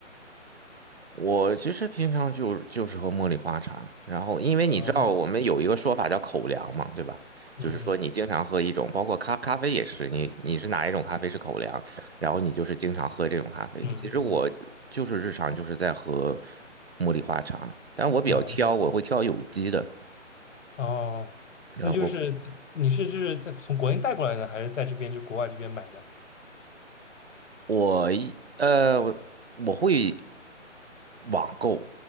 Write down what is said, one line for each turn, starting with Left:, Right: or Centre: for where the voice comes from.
Right: 我其实平常就就是喝茉莉花茶，然后因为你知道我们有一个说法叫口粮嘛，
Left: 啊，嗯
Right: 对吧？就是说你经常喝一种，
Left: 嗯
Right: 包括咖咖啡也是，你你是哪一种咖啡是口粮，然后你就是经常喝这种咖啡。
Left: 嗯嗯嗯
Right: 其实我就是日常就是在喝茉莉花茶，但我比较挑，
Left: 啊嗯
Right: 我会挑有机的。
Left: 哦，那就是在你是就是在从国内带过来的，
Right: 啊，我
Left: 还是在这边就国外这边买的？
Right: 我一呃，我我会。网购，